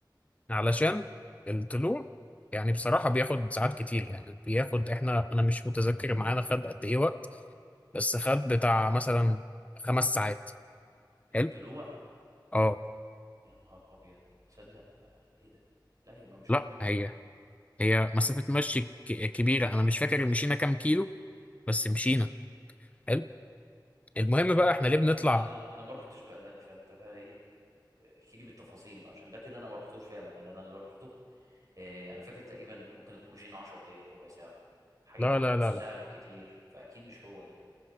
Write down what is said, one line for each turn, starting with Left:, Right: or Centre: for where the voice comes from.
Left: علشان الطلوع يعني بصراحه بياخد ساعات كتير يعني بياخد احنا انا مش متذكر معانا خد قد ايه وقت بس خد بتاع مثلا خمس ساعات
Right: الطلوع
Left: حلو اه
Right: يا نهار ابيض تصدق آه ايه ده لا يبقى مش
Left: لا
Right: هو ده اللي احنا
Left: هي
Right: رحناه
Left: هي مسافة مشي ك- كبيرة أنا مش فاكر مشينا كام كيلو بس مشينا حلو المهم
Right: لا
Left: بقى
Right: احنا
Left: إحنا
Right: ممكن
Left: ليه بنطلع
Right: يكون اللي انا انا ما رحتش بقى ده فانت بقى ايه احكي لي بالتفاصيل بقى عشان ده كده انا ما رحتوش فعلا لان انا اللي رحته آه انا فاكر تقريبا ممكن نكون مشينا 10 دقايق ربع ساعة حاجة
Left: لا
Right: كده
Left: لا
Right: نص
Left: لا
Right: ساعة
Left: لا
Right: بالكتير فاكيد مش هو ده